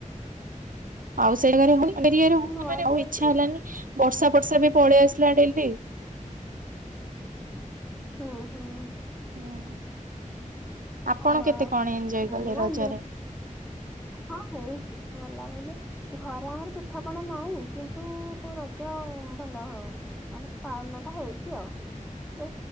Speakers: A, on the right; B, in the centre.
A: ଆଉ ସେଇାରେ ହ ଏରିଆରେ ହ
B: ନୂଆ
A: ମାନେଉ
B: ଡ୍ରେସ
A: ଇ୍ଛା ହେଲାନି ବର୍ଷା ବର୍ଷା ବି ପଳେଇ ଆସିଲା ଡେଲି
B: ହୁଁ ହୁଁ।
A: ହ ଆପଣ
B: ଆଉ
A: କେତେ କଣ ଏଞ୍ଜୟ କଲେ
B: ନାଇଁ
A: ରଜରେ?
B: ହଁ ହେଇଛି ଗଲା ବୋଲି ଘରେ ଆମର ପିଠାପଣା ନାହିଁ କିନ୍ତୁ ତ ରଜ ଭଲ ହଉ ମାନେ ପାଳନ ଟା ହେଇଛି ଆଉ ବେ